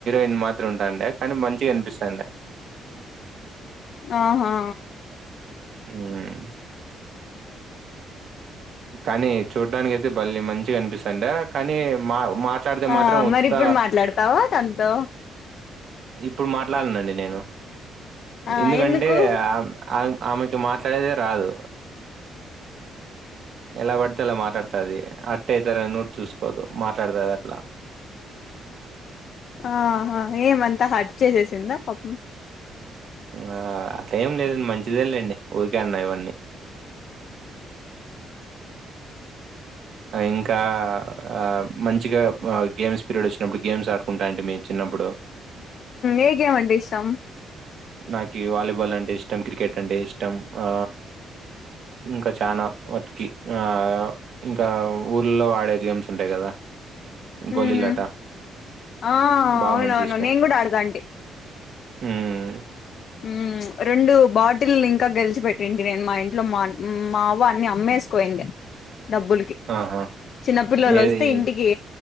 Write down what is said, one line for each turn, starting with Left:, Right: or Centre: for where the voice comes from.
Right: ఎన్ మాత్ ఉంటండి కానీ మంచిగా కనిపిస్తండి
Left: ఆహా
Right: ఉమ్ కానీ చూడ్డానినికి అయితే బళ్ళీ మంచిగా అనిపిస్తుండ కానీ మా మాట్లాడితే
Left: ఆ
Right: మాత్రం మొత్త
Left: మరి ఇప్పుడు మాట్లాడతావా తనతో
Right: ఇప్పుడు మాట్లాడనండి నేను
Left: ఆ
Right: ఎందుకంటే
Left: ఎందుకు
Right: ఆ ఆ ఆమెకి మాట్లాడేదే రాదు ఎలా పడితే అలా మాట్లాడుతుది అట్ట అవుతార అని నోట్ చూసుకోద్దు మాట్లాడుతుది అట్లా
Left: ఆహా ఏమంతా హట్ చేసేసిందా పాపం
Right: ఆ అట్లా ఏం లేదు మంచిదేలండి ఊరికే అన్నా ఇవన్నీ ఇంకా ఆ మంచిగా గేమ్స్ పీరియడ్ వచ్చినప్పుడు గేమ్స్ ఆడుకుంటా అంటే మీ చిన్నప్పుడు
Left: ఏ గేమ్ అంటే ఇష్టం
Right: నాకి వాలిబాల్ అంటే అంటే ఇష్టం క్రికెట్ అంటే ఇష్టం ఆ ఇంకా చాలా వట్కి ఆ ఇంకా ఊళ్లో ఆడే గేమ్స్ ఉంటాయి కదా గోళీలాట
Left: ఉహు ఆ
Right: బాగా
Left: అవునవును
Right: మంచిగా ఇష్టం
Left: నేను కూడా ఆడేదాంటి.
Right: ఉమ్
Left: ఉమ్, ప్చ్ రెండు బాట్ టిల్ని ఇంకా గెలిచిపెట్టింది నేను మా ఇంట్లో మా మా అవ్వ అన్ని అమ్మేసుకోయింది. డబ్బుల్కి
Right: ఆహా
Left: చిన్నపిల్లలు
Right: ఏది
Left: వస్తే ఇంటికి